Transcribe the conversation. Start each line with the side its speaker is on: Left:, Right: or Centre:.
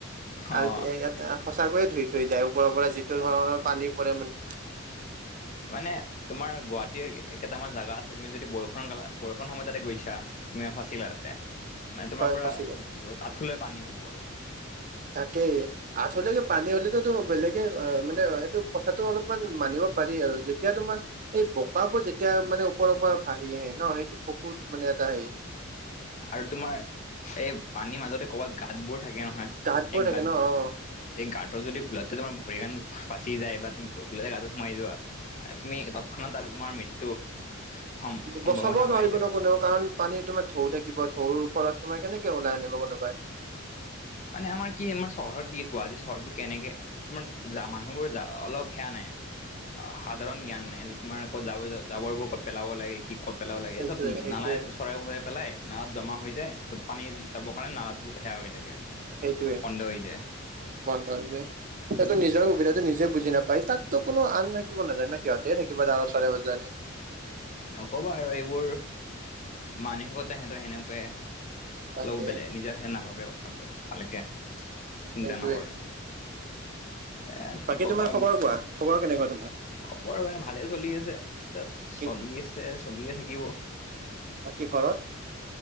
Left: অ',
Right: আল্টি এই এটা সঁচাকৈয়ে ধুই থৈ যায় ওপৰৰ পৰা যিটো ধৰণৰ পানী পৰে মান-
Left: মানে তোমাৰ গুৱাহাটীৰ কেইটামান জেগা আছে তুমি যদি বৰষুণ গালা বৰষুণ সময় তাতে গৈছা। তুমি ফাচিলা আওতে মানে তোমাৰ
Right: হয়
Left: পৰা
Right: ফচি গলো
Left: আঠুলে পানী হ'বই।
Right: তাকে। আঠুহ লেকে পানী হ'লেতোটো বেলেগে মানে সেইটো কথাটো অলপমান মানিব পাৰি আৰু যেতিয়া তোমাৰ এই বোকাবোৰ যেতিয়া মানে ওপৰৰ পৰা ভাহি আহে ন, সেইটো বহুত মানে এটা সেই
Left: আৰু তোমাৰ এই পানীৰ মাজতে ক'বাত গাতবোৰ থাকে নহয়
Right: গাঁতবোৰ
Left: সেই
Right: থাকে
Left: গাত
Right: ন অ
Left: এই গাটোৰ যদি ভুলতে তোমাৰ ভৰি খান ফাচি যায় বা তুমি ভুলতে গাটত সোমাই যোৱা তুমি তৎক্ষণাত আৰু তোমাৰ মৃত্যু। সম সম্ভাৱনা
Right: বচাব নোৱাৰিব
Left: বাঢ়ি যাব।
Right: ন, কোনেও কাৰণ পানী তোমাৰ ঢৌ থাকিব ঢৌৰ ফলত তোমাৰ কেনেকে ওলাই আনিব কোনোবাই।
Left: মানে আমাৰ কি আমাৰ চহৰত কি গুৱাহাটী চহৰবোৰ কেনেকে তোমাৰ যা মানুহবোৰ যা অলপ সেয়া নাই। অ সাধাৰণ জ্ঞান নাই যে তোমাৰ ক'ত জাব জাবৰবোৰ ক'ত পেলাব লাগে কি ক'ত পেলাব লাগে
Right: সেইটোৱে
Left: এই চব
Right: সেইটোৱে
Left: নালায় চৰাই ভৰাই পেলাই নালাত জমা হৈ যায়। চ'ত পানী যাব কাৰণে নালাটো সেয়া হৈ থাকে।
Right: সেইটোৱে
Left: বন্ধ হৈ যায়
Right: বন্ধ যে। সেইটো নিজৰ সুবিধাটো নিজে বুজি নাপায় তাতো কোনো আন থাকিব নাজান না সিহঁতে থাকিব দ ওচৰে-পাজৰে।
Left: নকবা আৰু এইবোৰ। মানসিকতাই সিহঁতৰ সেনেকুৱাই
Right: তাকে
Left: ল বেলে নিজ- হে নাভাবে কথাবোৰ ভালকে চিন্তা
Right: সেইটোৱে
Left: নকৰে। এ কি
Right: বাকী
Left: ক'বা
Right: তোমাৰ খবৰ কোৱা খবৰ কেনেকুৱা তোমাৰ?
Left: খবৰ মানে ভালে চলি আছে এতিয়া
Right: কি
Left: চলি আছে চলিয়ে থাকিব।
Right: বাকী ঘৰত?